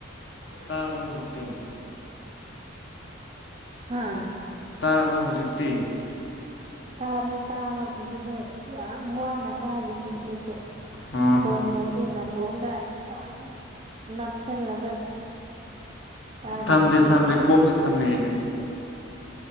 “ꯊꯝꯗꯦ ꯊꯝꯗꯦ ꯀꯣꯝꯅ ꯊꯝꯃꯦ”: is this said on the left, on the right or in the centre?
Left